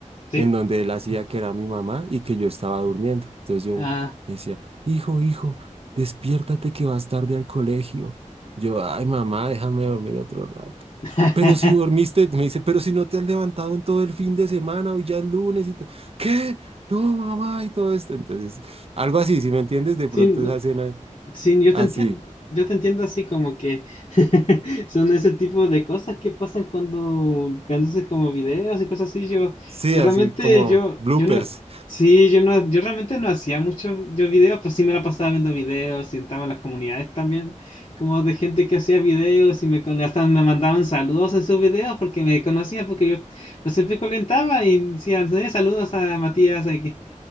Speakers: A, on the left; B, on the right.
A: sí.
B: en donde él hacía que era mi mamá y que yo estaba durmiendo. Entonces yo
A: Ah.
B: me decía, hijo, hijo, despiértate que vas tarde al colegio. Yo, ay, mamá, déjame dormir otro rato.
A: <laughs>
B: Pero si dormiste, me dice, pero si no te has levantado en todo el fin de semana, hoy ya es lunes y todo. ¿Qué? No, mamá, y todo esto. Entonces, algo así, si me entiendes, de
A: Sí,
B: pronto
A: no,
B: esa escena
A: Sí, yo
B: así.
A: te entiendo, yo te entiendo así como que <laughs> son ese tipo de cosas que pasan cuando, cuando haces como videos y cosas así. Yo,
B: Sí,
A: yo
B: así
A: realmente,
B: como
A: yo,
B: bloopers.
A: yo no, sí, yo no, yo realmente no hacía muchos yo videos, pues sí me la pasaba viendo videos y entraba en las comunidades también, como de gente que hacía videos y me, con- hasta me mandaban saludos en sus videos porque me conocían, porque yo los siempre comentaba y decían, "Eh, saludos a Matías. <laughs> a